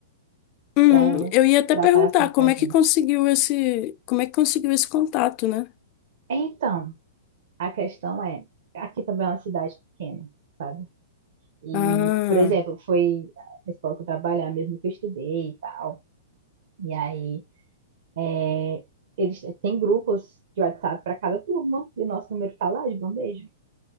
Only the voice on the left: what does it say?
uhum.
Eu ia até
perguntar
como
é que conseguiu esse, como é que conseguiu esse contato, né?
Ah,